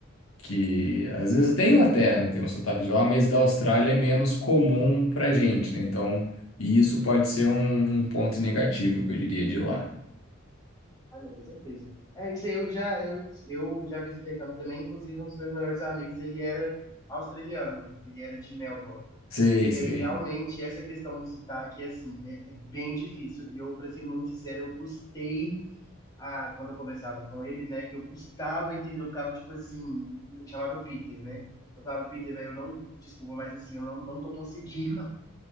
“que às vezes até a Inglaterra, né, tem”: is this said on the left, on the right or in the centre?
Left